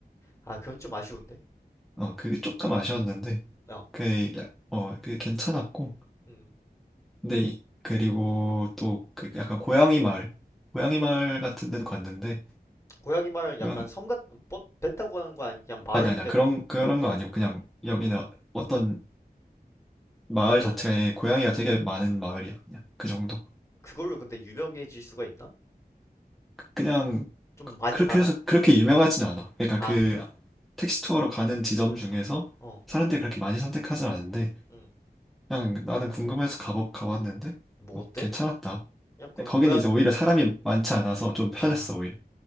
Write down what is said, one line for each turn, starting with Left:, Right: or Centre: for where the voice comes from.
Left: 아 그건 좀 아쉬운데?
Centre: 어, 그게 조금 아쉬웠는데
Left: 어,
Centre: 그, 야- 어, 그 괜찮았고
Left: 음.
Centre: 근데 이- 그리고 또 그 약간 고양이 마을 고양이 마을 같은 데도 갔는데
Left: 고양이 마을은
Centre: 고양이
Left: 약간 섬 같, 뭐? 배 타고 가는 거 아니면 그냥 마을인데
Centre: 아니 아니야 그런
Left: 고-
Centre: 그런 거 아니고 그냥 여기는
Left: 어,
Centre: 어떤 마을
Left: 어떤
Centre: 자체에 고양이가 되게 많은 마을이야. 그냥 그 정도.
Left: 그걸로 근데 유명해질 수가 있나?
Centre: 그냥
Left: 좀 많이
Centre: 그렇게
Left: 많아?
Centre: 해서 그렇게 유명하진 않아. 그러니까
Left: 아,
Centre: 그 택시 투어로 가는 지점 중에서
Left: 어,
Centre: 사람들이 그렇게 많이 선택하진 않은데
Left: 음,
Centre: 그냥 나는 궁금해서 가보 가봤는데
Left: 뭐
Centre: 뭐
Left: 어때?
Centre: 괜찮았다.
Left: 그냥 그럼
Centre: 거기는
Left: 고양,
Centre: 이제 오히려 사람이 많지 않아서 좀 편했어
Left: 아,
Centre: 오히려.